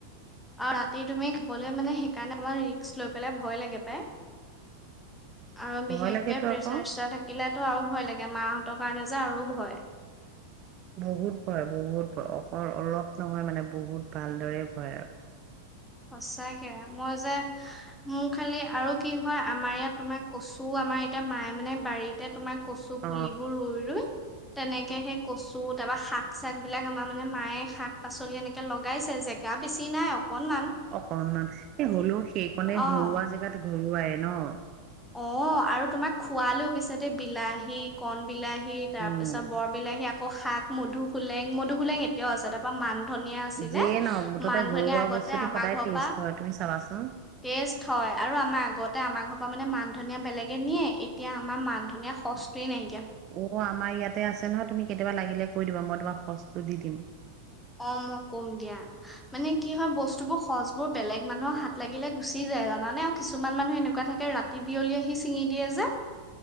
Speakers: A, in the centre; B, on the right.
A: আৰু ৰাতি তুমি খাবলৈ মানে সেইকাৰণে মানে ৰিক্স লৈ পেলাই ভয় লাগে পায় আৰু
B: ভয়
A: বিশেষকে
B: লাগেতো
A: প্ৰেচাৰ-চেচাৰ
B: আকৌ
A: থাকিলে মোক ত আৰু ভয় লাগে মাহঁতৰ কাৰণে যে আৰু ভয়
B: বহুত ভয় বহুত ভয় অকল অলপ নহয় মানে বহুত ভালদৰেই ভয় আৰু
A: সঁচাকে মই যে মোৰ খালি আৰু কি হয় আমাৰ ইয়াত তোমাৰ কচু আমাৰ এতিয়া মায়ে মানে বাৰীতে তোমাক কচু
B: অ
A: পুলিবোৰ ৰুই ৰুই তেনেকে সেই কচু তাৰ পা শাক-চাক বিলাক আমাৰ মানে মায়ে শাক-পাচলি এনেকে লগ লগাইছে জেগা বেছি নাই অকণমান
B: অকণমান এ হ'লেও সেইকণে
A: অ',
B: ঘৰুৱা জেগাত ঘৰুৱায়ে ন'
A: অ' আৰু তোমাক খোৱালেও পিছে দে বিলাহী, কণ বিলাহী হি তাৰ
B: উম
A: পিছত বৰ বিলাহী আকৌ শাক মধু সোলেং মধুসোলেং এতিয়াও আছে তাত মানধনিয়া ধনিয়া আছিলে
B: যিয়ে নহওক মুঠতে
A: মানধনিয়া
B: ঘৰুৱা
A: আগতে
B: বস্তুটো
A: আমাৰ
B: সদায়
A: ঘৰৰ
B: টেষ্ট
A: পৰা
B: হয় তুমি চাবাচোন
A: ষ্টেট হয় আৰু আমাৰ আগতে তে আমাৰ ঘৰ মানে মানধনিয়া বেলেগে নিয়ে এতিয়া আমাৰ মান ধনিয় শচটিয়ে নাই
B: অ', আমাৰ ইয়াতে আছে নহয় তুমি কেতিয়াবা লাগিলে কৈ দিবা মই তোমাক শচটো দি দিম
A: অ', মই ক'ম দিয়া মানে কি হয় বস্তু বোৰ শজ বোৰ বেলেগ মানুহৰ হাত লাগিলে গুচি যায় জানানে আৰু কিছুমান মানুহ এনেকুৱা থাকে ৰাতি বিয়লি আহি ছিঙি দিয়ে যে